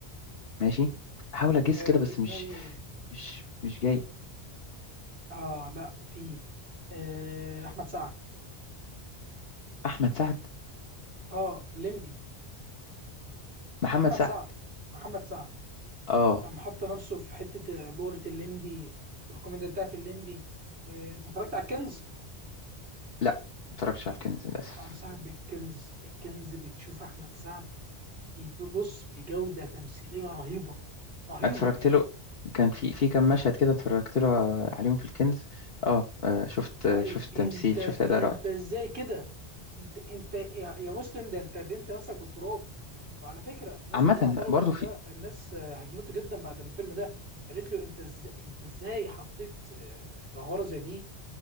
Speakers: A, on the left (about 65°); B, on the right (about 85°).
A: ماشي حاول أجس
B: آه
A: كده
B: في
A: بس
B: دماغي
A: مش مش مش جاي
B: اه لا في آه احمد سعد
A: احمد سعد
B: اه الليمبي
A: محمد
B: محمد
A: سعد
B: سعد محمد سعد
A: اه
B: لما حط نفسه في حته آه، بؤره الليمبي والكوميديا بتاعت الليمبي وانت اتفرجت على الكنز
A: لا ما اتفرجتش على الكنز للاسف
B: انصحك بالكنز الكنز بتشوف احمد سعد بص بجوده تمثيليه رهيبه رهيبه
A: اتفرجت له كان في في كام مشهد كده اتفرجت له عليهم في الكنز اه آه، شفت
B: يعني
A: شفت
B: انت
A: تمثيل شفت اداء
B: انت
A: رائع
B: ازاي كده انت انت يا يا مسلم ده انت ردمت نفسك بالتراب وعلى فكره الناس
A: عامه
B: كلها اعترضت
A: برضو
B: على
A: في
B: ده الناس آه، هجمته جدا بعد الفيلم ده قالت له انت ازاي انت ازاي حطيت آه، جوهره زي دي